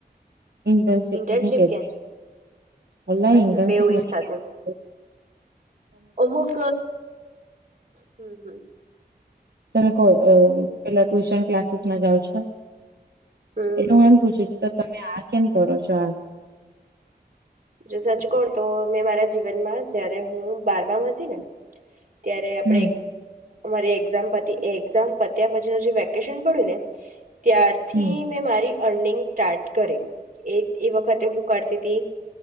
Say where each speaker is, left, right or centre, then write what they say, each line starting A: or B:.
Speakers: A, on the right; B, on the right.
A: ઇન્ટર્નશિપ
B: ઇન્ટર્નશીપ
A: નહી કેતી
B: ક્યાં છે
A: અલ્લા
B: અચ્છા
A: ઇન્ટર્નશિપ
B: બેવ
A: નહી
B: એક સાથે
A: કેતી
B: અમુક હમ હમ
A: તમે કો પેલા ટ્યુશન ક્લાસીસમાં જાઓ છો
B: હમ
A: એટલે હું એમ પૂછું છું તો તમે આ કેમ કરો છો આ
B: જો સાચું કહું ને તો મેં મારા જીવનમાં જયારે હું બારમા હતી ને ત્યારે આપણે
A: હમ
B: એ અમારી એક્ઝામ પ એઝામ પત્યા પછી ન જે વેકેશન પડ્યું ને ત્યારથી
A: હમ
B: મેં મારી અર્નિંગ સ્ટાર્ટ કરી એ એ વખતે હું કરતી ત